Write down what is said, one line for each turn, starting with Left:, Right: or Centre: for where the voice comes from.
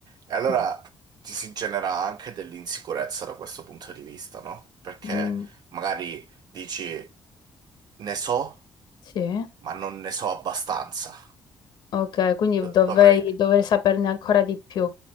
Right: e allora
Left: sì.
Right: ti si genera anche dell'insicurezza da questo punto di vista, no? Perché
Left: Mm,
Right: magari dici, ne so.
Left: sì.
Right: ma non ne so abbastanza.
Left: Ok, quindi
Right: Do-
Left: dovrei,
Right: dovrei...
Left: dovrei saperne ancora di più.